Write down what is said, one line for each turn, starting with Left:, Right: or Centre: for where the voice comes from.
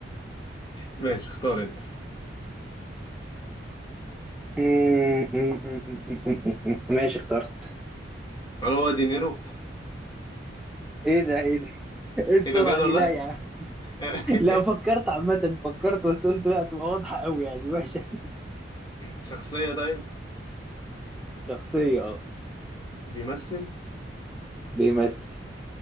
Left: ماشي اختار انت
Centre: أمم، أمم، أمم، أمم، أمم، أمم. ماشي اخترت
Left: هل هو دينيرو
Centre: ايه ده ايه ده ايه السرعة
Left: ايه ده بجد ولا
Centre: دي لا يا عم
Left: <laughs>
Centre: لا فكرت عامة فكرت بس قلت لا تبقى واضحة قوي يعني وحشة
Left: شخصية طيب
Centre: شخصية اه
Left: بيمثل
Centre: بيمثل